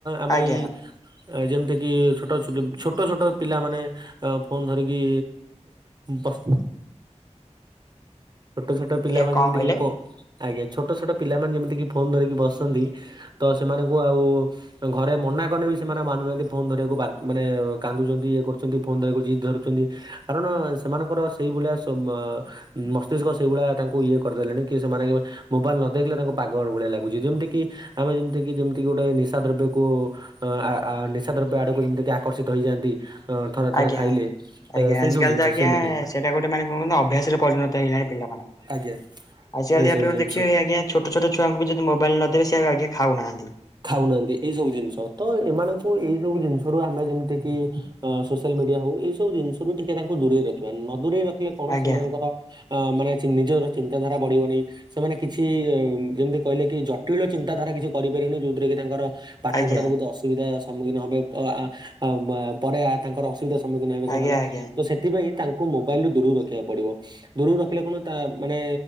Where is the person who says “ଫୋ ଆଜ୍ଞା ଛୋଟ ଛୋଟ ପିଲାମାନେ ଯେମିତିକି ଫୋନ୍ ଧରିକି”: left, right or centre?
Right